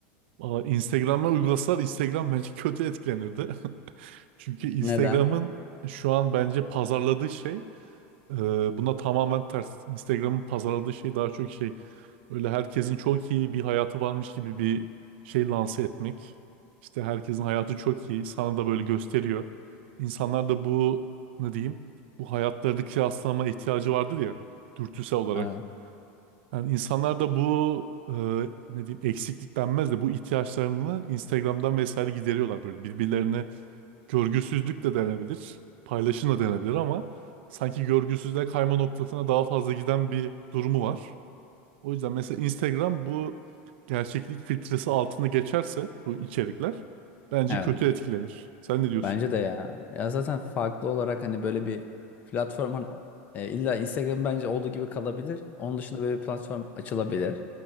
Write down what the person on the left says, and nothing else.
Neden?
Evet.
Evet.
Bence de ya. Ya zaten farklı olarak hani böyle bir platform hani, e, illa Instagram bence olduğu gibi kalabilir. Onun dışında böyle bir platform açılabilir.